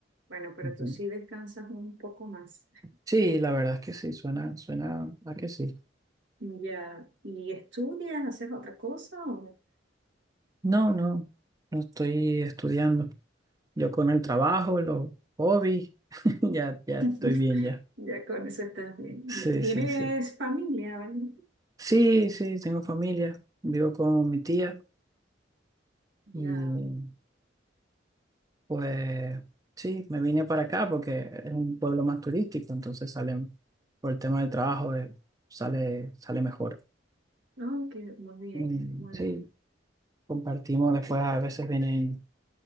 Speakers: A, on the right; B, on the right.
A: Bueno, pero
B: Ujú.
A: tú sí descansas un poco más.
B: Sí, la verdad es que sí, suena, suena a que sí.
A: Ya, ¿y estudias, haces otra cosa o
B: No, no, no estoy estudiando. Yo con el trabajo, los hobbies, <laughs> ya, ya
A: <laughs>
B: estoy bien ya.
A: ya con eso estás bien?
B: Sí,
A: ¿Y tienes
B: sí, sí.
A: familia, ¿vale?
B: Sí, sí, tengo familia, vivo con mi tía y
A: Ya,
B: pues sí, me vine para acá porque es un pueblo más turístico, entonces salen, por el tema del trabajo, eh, sale, sale mejor.
A: no, que muy bien,
B: Mm,
A: muy
B: Sí,
A: bien.
B: compartimos después, a veces vienen